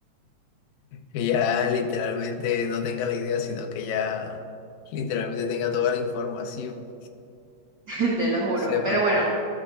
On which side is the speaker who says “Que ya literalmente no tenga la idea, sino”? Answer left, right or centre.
Left